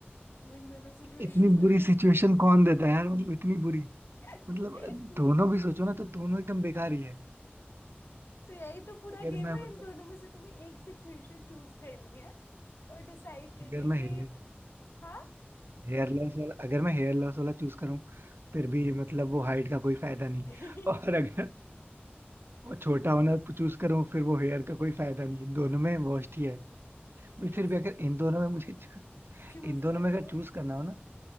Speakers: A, on the left; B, on the right.
A: तुम इन दोनों सिचुएशंस
B: इतनी
A: में
B: बुरी
A: थे
B: सिचुएशन कौन देता है यार मतलब इतनी बुरी
A: <laughs>
B: मतलब दोनों भी सोचो ना तो दोनों एकदम बेकार ही है
A: तो यही तो पूरा
B: अगर
A: गेम
B: मैं
A: है
B: मतलब
A: इन दोनों में से तुम्हें एक सिचुएशन चूज करनी है और डिसाइड करना
B: अगर
A: है
B: मैं हेयर
A: कि हाँ
B: हेयर लॉस वाला अगर मैं हेयर लॉस वाला चूज करूँ फिर भी मतलब वो हाइट का कोई फायदा
A: <laughs>
B: नहीं
A: ये
B: और अगर वो छोटा होना चूज करूँ फिर वो हेयर का कोई फायदा नहीं दोनों में worst ही है बट
A: तो
B: फिर भी अगर इन दोनों में मुझे
A: चूज
B: इन दोनों
A: कर
B: में
A: रहे
B: अगर
A: हो
B: चूज करना हो ना